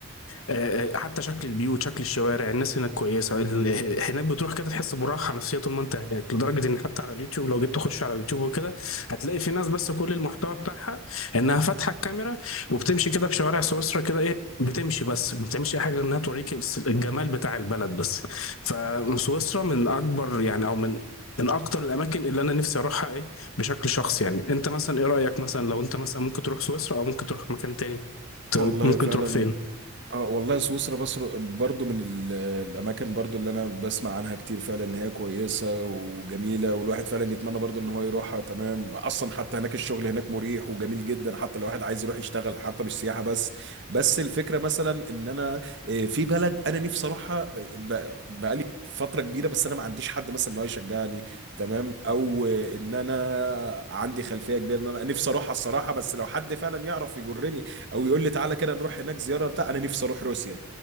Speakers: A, on the left; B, on the right.
A: آه، آه، حتى شكل البيوت شكل الشوارع الناس هناك كويسه ال- هناك بتروح كده تحس براحه نفسيه طول ما انت هناك لدرجه ان حتى على اليوتيوب لو جيت تخش على اليوتيوب وكده هتلاقي في ناس بس كل المحتوى بتاعها انها فاتحه الكاميرا وبتمشي كده في شوارع سويسرا كده ايه بتمشي بس ما بتعملش اي حاجه غير انها توريك الس- الجمال بتاع البلد بس فسويسرا من اكبر يعني او من من اكتر الاماكن اللي انا نفسي اروحها ايه بشكل شخصي يعني انت مثلا ايه رايك مثلا لو انت مثلا ممكن تروح سويسرا او ممكن تروح مكان تاني
B: والله
A: ممكن
B: فعلا
A: تروح فين
B: اه والله سويسرا بصر برضو من ال- الاماكن برضو اللي انا بسمع عنها كتير فعلا ان هي كويسه وجميله والواحد فعلا يتمنى برضو ان هو يروحها تمام اصلا حتى هناك الشغل هناك مريح وجميل جدا حتى لو واحد عايز يروح يشتغل حتى مش سياحه بس بس الفكره مثلا ان انا آه، في بلد انا نفسي اروحها آه، ب- بقالي فتره كبيره بس انا ما عنديش حد مثلا ان هو يشجعني تمام او آه، ان انا عندي خلفيه كبيره ان انا نفسي اروحها الصراحه بس لو حد فعلا يعرف يجرني او يقول لي تعالى كده نروح هناك زياره بتاع انا نفسي اروح روسيا